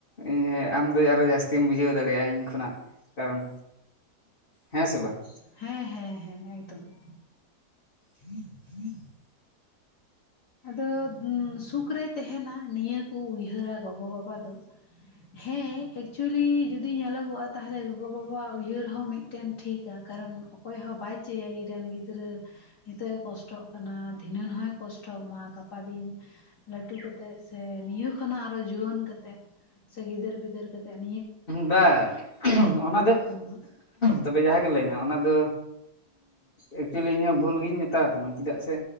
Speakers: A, on the left; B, on the left.
A: ᱤ ᱦᱮᱸ ᱟᱢᱫᱚ ᱟᱨᱚ ᱡᱟᱹᱥᱛᱤᱢ ᱵᱩᱡᱷᱟᱹᱣ ᱫᱟᱲᱮᱭᱟᱜ-ᱟ ᱤᱧ ᱠᱷᱚᱱᱟᱜ ᱾ ᱠᱟᱨᱚᱱ ᱦᱮᱸ ᱥᱮ ᱵᱟᱝ?
B: ᱦᱮᱸ ᱦᱮᱸ ᱦᱮᱸ ᱮᱠᱫᱚᱢ ᱾
A: <unintelligible>
B: ᱟᱫᱚ ᱥᱩᱠ ᱨᱮ ᱛᱟᱦᱮᱱᱟ ᱱᱤᱭᱟᱹᱠᱩ ᱩᱭᱦᱟᱹᱨᱟ ᱜᱚᱜᱚ ᱵᱟᱵᱟ ᱫᱚ ᱾ ᱦᱮᱸ ᱮᱠᱪᱩᱭᱮᱞᱤ ᱡᱩᱫᱤ ᱧᱮᱞᱚᱜᱚᱜ-ᱟ ᱛᱟᱦᱞᱮ ᱜᱚᱜᱚ ᱵᱟᱵᱟᱣᱟᱜ ᱩᱭᱦᱟᱹᱨ ᱦᱚᱸ ᱢᱤᱫ ᱢᱤᱫᱴᱮᱱ ᱴᱷᱤᱠᱟ ᱠᱟᱨᱚᱱ ᱚᱠᱚᱭ ᱦᱚᱸ ᱵᱟᱭ ᱪᱟᱹᱭᱟ ᱤᱧᱨᱮ ᱨᱮᱱ ᱜᱤᱫᱽᱨᱟᱹ ᱱᱤᱛᱚᱜ ᱮ ᱠᱚᱥᱴᱚᱜ ᱠᱟᱱᱟ ᱫᱷᱤᱱᱟᱹᱱ ᱦᱚᱭ ᱠᱚᱥᱴᱚ ᱠᱚᱥᱴᱚᱜ ᱢᱟ ᱜᱟᱯᱟ ᱫᱤᱱ ᱞᱟᱹᱴᱩ ᱠᱟᱛᱮᱜ ᱥᱮ ᱱᱤᱭᱟᱹ ᱠᱷᱚᱱᱟᱜ ᱟᱨᱚ ᱡᱩᱣᱟᱹᱱ ᱠᱟᱛᱮᱫ ᱾ ᱥᱮ ᱜᱤᱫᱟᱹᱨ ᱯᱤᱫᱟᱹᱨ ᱠᱟᱛᱮ ᱾ <unintelligible>
A: ᱵᱟᱝ ᱚᱱᱟ ᱫᱚ
B: ᱢᱟ
A: ᱛᱚᱵᱮ ᱡᱟᱦᱟᱸ ᱜᱮ ᱞᱟᱹᱭ ᱢᱮ ᱚᱱᱟ ᱫᱚ ᱮᱠᱪᱩᱭᱮᱞᱤ ᱤᱧᱦᱚᱸ ᱵᱷᱩᱞ ᱜᱤᱧ ᱢᱮᱛᱟᱣᱟ ᱛᱟᱢᱟ ᱪᱮᱫᱟᱜ ᱥᱮ